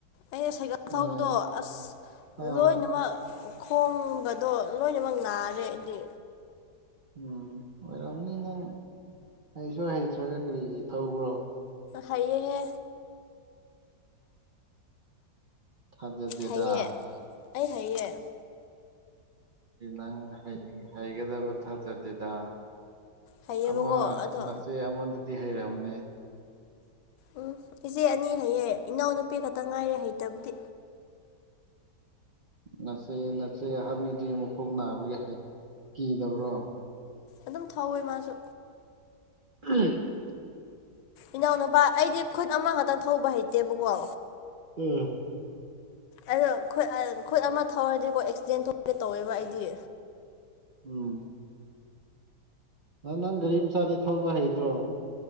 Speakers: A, on the left; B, on the right.
A: ꯑꯩ ꯁꯥꯏꯀꯜ ꯊꯧꯕꯗꯣ
B: ꯅꯣꯏ
A: ꯑꯁ
B: ꯍꯣꯏ
A: ꯂꯣꯏꯅꯃꯛ
B: ꯍꯣꯏ
A: ꯈꯣꯡꯒꯗꯣ ꯂꯣꯏꯅꯃꯛ ꯅꯥꯔꯦ ꯑꯩꯗꯤ
B: ꯎꯝ ꯑꯣꯏꯔꯝꯅꯤ ꯅꯪ ꯍꯩꯁꯨ ꯍꯩꯇ꯭ꯔꯒ ꯀꯔꯤꯒꯤ ꯊꯧꯕ꯭ꯔꯣ
A: ꯍꯩꯌꯦꯍꯦ
B: ꯊꯥꯖꯗꯦꯗ
A: ꯍꯩꯑꯦ ꯑꯩ ꯍꯩꯑꯦ
B: ꯅꯪ ꯍꯩꯒꯗꯕ ꯊꯥꯖꯗꯦꯗ
A: ꯍꯩꯌꯦꯕꯀꯣ
B: ꯑꯃ
A: ꯑꯗꯣ
B: ꯅꯆꯦ ꯑꯃꯗꯨꯗꯤ ꯍꯩꯔꯝꯅꯤ
A: ꯎꯝ ꯏꯆꯦ ꯑꯅꯤ ꯍꯩꯌꯦ ꯏꯅꯥꯎꯅꯨꯄꯤ ꯈꯛꯇꯡ ꯉꯥꯏꯔꯦ ꯍꯩꯇꯕꯗꯤ
B: ꯅꯆꯦ ꯅꯆꯦ ꯑꯍꯟꯗꯨꯗꯤ ꯃꯈꯣꯡ ꯅꯥꯕꯒꯤ ꯀꯤꯗꯕ꯭ꯔꯣ
A: ꯑꯗꯨꯝ ꯊꯧꯋꯦ ꯃꯥꯁꯨ
B: ꯑꯨꯝ <inaudible>
A: ꯏꯅꯥꯎꯅꯨꯄꯥ ꯑꯩꯗꯤ ꯈꯨꯠ ꯑꯃꯈꯛꯇ ꯊꯧꯕ ꯍꯩꯇꯦꯕꯀꯣ
B: ꯎꯝ
A: ꯑꯗꯣ ꯈꯨꯠ ꯑꯃ ꯈꯨꯠ ꯑꯃ ꯊꯧꯔꯗꯤꯀꯣ ꯑꯦꯛꯁꯤꯗꯦꯟ ꯊꯣꯛꯀꯦ ꯇꯧꯋꯦꯕ ꯑꯩꯗꯤ
B: ꯎꯝ ꯑꯗꯣ ꯅꯪ ꯒꯥꯔꯤ ꯃꯆꯥꯗꯤ ꯊꯧꯕ ꯍꯩꯇ꯭ꯔꯣ